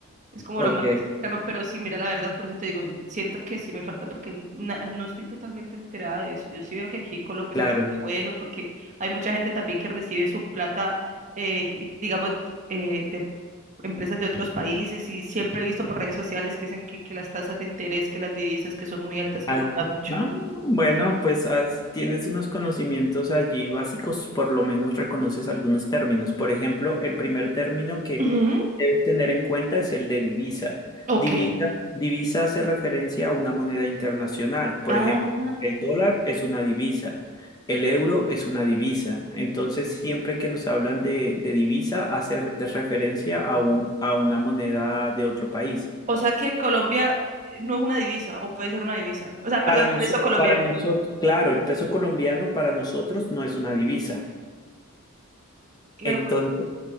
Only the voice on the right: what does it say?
Es como
lo más cercano, pero sí, mira, la verdad, por eso te digo, siento que sí me falta porque n- na- no estoy totalmente enterada de eso. Yo sí veo que aquí en Colombia
hay mucho vuelo, porque hay mucha gente también que recibe su plata, eh, y, digamos, eh, de empresas de otros países y siempre he visto por redes sociales que dicen que, que las tasas de interés, que las divisas que son muy altas, que
cobran mucho.
Ujú,
Ok.
Ah,
O sea que Colombia eh, no es una divisa, o puede ser una divisa. O sea, perdón,
el peso colombiano.
Claro,